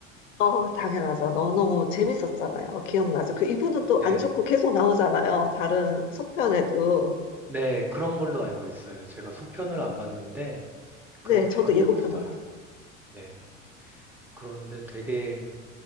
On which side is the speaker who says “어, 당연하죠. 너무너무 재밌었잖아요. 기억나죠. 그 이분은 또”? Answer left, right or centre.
Left